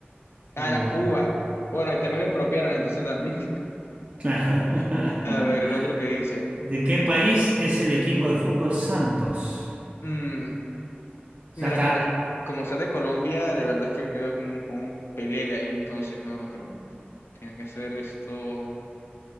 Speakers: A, on the left; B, on the right.
A: a
B: Uva.
A: la Cuba. Bueno, y también lo expropiaron, entonces también.
B: Claro.
A: <laughs>
B: <laughs>
A: A ver, el otro que dice.
B: ¿De qué
A: de-
B: país es el equipo de fútbol Santos?
A: mm, mira,
B: Ya está.
A: como, como sea de Colombia, de verdad es que quedó como, como un pelele ahí, entonces no lo creo. Tiene que ser esto.